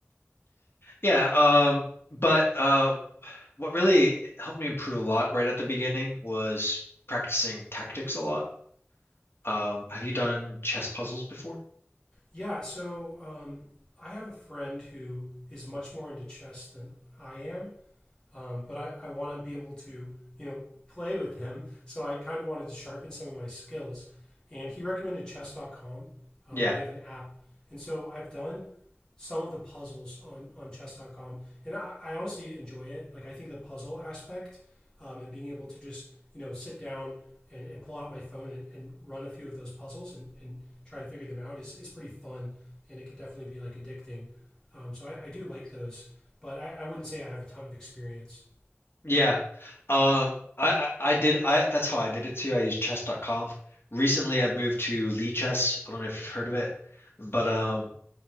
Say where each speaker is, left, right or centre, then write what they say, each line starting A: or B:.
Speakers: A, on the left; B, on the left.
A: yeah um but uh what really helped me improve a lot right at the beginning was practicing tactics a lot um have you done chess puzzles before
B: Yeah. So um, I have a friend who is much more into chess than I am Um, but I, I want to be able to, you know, play with him. So I kind of wanted to sharpen some of my skills. And he recommended chess.com. Um,
A: yeah
B: they have an app. And so I've done some of the puzzles on, on chess.com. And I, I honestly enjoy it. Like, I think the puzzle aspect um, and being able to just, you know, sit down and, and pull out my phone and, and run a few of those puzzles and, and try to figure them out is, is pretty fun. And it could definitely be like addicting. Um, so I, I do like those but I, I wouldn't say I have a ton of experience.
A: Yeah. Um, I, I I did I that's how I did it too. I used chess.com. Recently I've moved to Lee Chess. I don't know if you've heard of it, but um